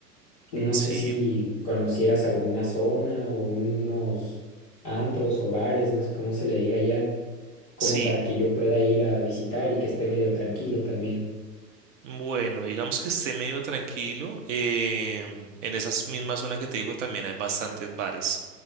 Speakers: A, on the left (about 15°); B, on the right (about 50°).
A: No
B: Sí,
A: sé si conocieras alguna zona o unos antros o bares, no sé cómo se le diga allá, como
B: sí.
A: para que yo pueda ir a visitar y que esté medio tranquilo también.
B: Bueno, digamos que esté medio tranquilo. em, en esa misma zona que te digo también hay bastantes bares.